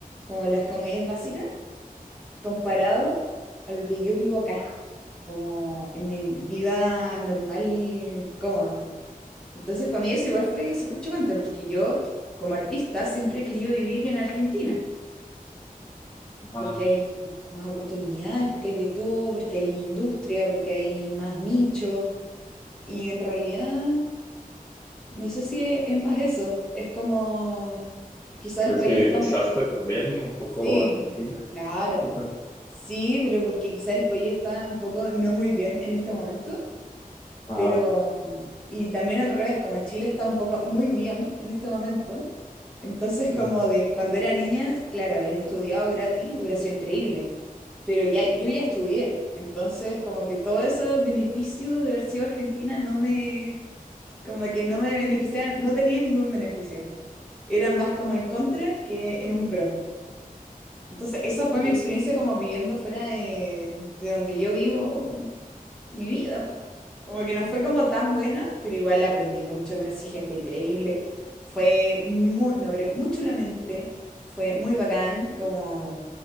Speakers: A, in the centre; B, on the left.
A: como las comodidades básicas, comparado a lo que yo vivo acá, como en mi vida normal, cómoda. Entonces, para mí eso igual fue súper chocante, porque yo, como artista, siempre he querido vivir en Argentina,
B: Ajá.
A: porque hay más oportunidades, porque hay de todo, porque hay industria, porque hay más nicho. Y en realidad, no sé si e- es más eso, es como, quizá
B: ¿Crees
A: el país
B: que idealizaste
A: está un poco...
B: también un poco
A: Sí,
B: Argentina?
A: claro,
B: <laughs>
A: sí, pero porque quizá el país está un poco no muy bien en este momento.
B: Ajá.
A: Pero, y también al revés, como Chile está un poco muy bien en este momento, entonces
B: Ujú.
A: como de cuando era niña, claro, haber estudiado gratis hubiera sido increíble, pero ya yo ya estudié, entonces como que todos esos beneficios de haber sido argentina no me, como que no me beneficiaban, no tenía ningún beneficio, era más como en contra que en un pro. Entonces esa fue
B: Sí,
A: mi experiencia como viviendo fuera de, de donde yo vivo mi vida, pues. Como que no fue como tan buena, pero igual aprendí mucho, conocí gente increíble. Fue muy, me abrió mucho la mente, fue muy bacán, como,
B: sí.